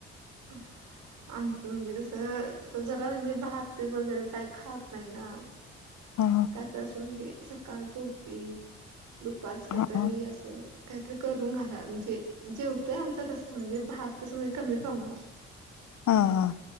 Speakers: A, on the right; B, on the left.
A: <unintelligible> आमचं म्हणजे कसं तो जरा म्हणजे भात वगैरे काय खात नाही ना
B: हा
A: काही त्रासून घे सकाळ चोपीट दुपारचं काहीतरी
B: हा
A: असं काहीतरी करून घाला म्हणजे जेवतंय आमचा तसं म्हणजे भात तसं म्हणजे कमी प्रमाणात.
B: हा हा.